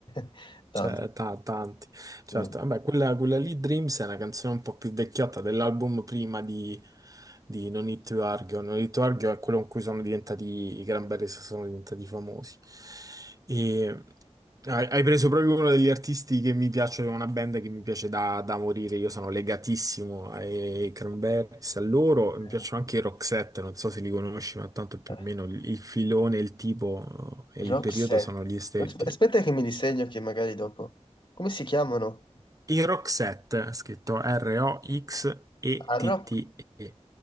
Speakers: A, on the left; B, on the right.
A: <laughs> tanti.
B: Cioè, ta- tanti, certo.
A: Sì.
B: Vabbè, quella, quella lì, Dreams, è una canzone un po' più vecchiotta dell'album prima di, di No Need to Argue. No Need to Argue è quello con cui sono diventati, i Cranberries sono diventati famosi. E hai, hai preso proprio uno degli artisti che mi piace, una band che mi piace da, da morire. Io sono legatissimo ai Cranberries, a loro.
A: Eh,
B: Mi piacciono anche i Roxette, non so se li conosci, ma tanto più
A: eh,
B: o meno il il filone, il tipo eh,
A: Roxette.
B: e il periodo sono gli stessi.
A: Aspe- Aspetta che mi disegno che magari dopo. Come si chiamano?
B: I Roxette, scritto R-O-X-E-T-T-E.
A: Ah, Rock.